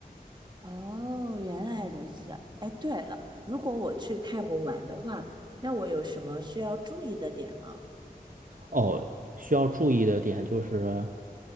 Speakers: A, on the right (about 30°); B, on the right (about 60°).
A: 哦，原来如此。哎，对了，如果我去泰国玩的话，那我有什么需要注意的点吗？
B: 哦，需要注意的点就是。